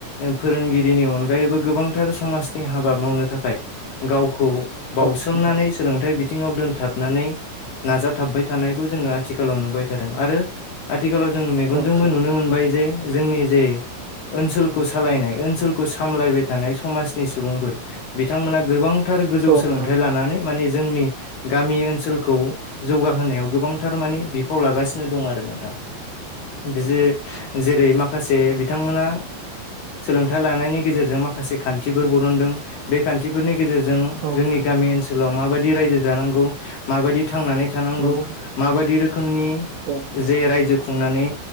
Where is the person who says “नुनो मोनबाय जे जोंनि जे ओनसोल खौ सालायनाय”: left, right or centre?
Left